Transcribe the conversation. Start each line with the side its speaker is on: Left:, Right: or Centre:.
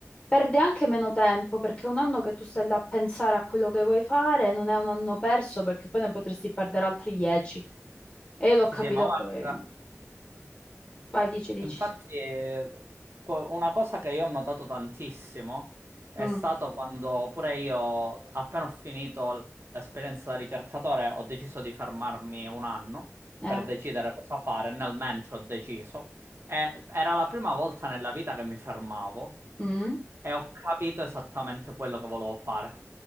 Left: Perde anche meno tempo perché un anno che tu stai là a pensare a quello che vuoi fare non è un anno perso perché poi ne potresti perdere altri 10. E io l'ho
Right: Sì,
Left: capito
Right: sì, ma guarda.
Left: poi. Vai, dici, dici.
Right: Infatti, eh, co- una cosa che io ho notato tantissimo è
Left: Mm,
Right: stato quando pure io, appena ho finito l'esperienza da ricercatore, ho deciso di fermarmi un anno
Left: eh.
Right: per decidere cosa fare. Nel mentre ho deciso, e era la prima volta nella vita che mi fermavo
Left: Mm,
Right: e ho capito esattamente quello che volevo fare.